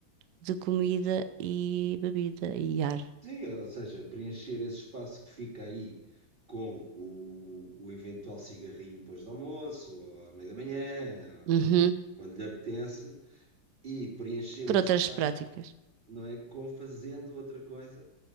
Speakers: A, on the right; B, on the right.
A: de comida e bebida e ar.
B: Sim, ou seja, preencher esse espaço que fica aí com o, o eventual cigarrinho depois do almoço, ou à meia da manhã,
A: Uhum.
B: ou quando lhe apetece, e preencher
A: Por
B: esse
A: outras
B: espaço,
A: práticas.
B: não é? Com fazendo outra coisa.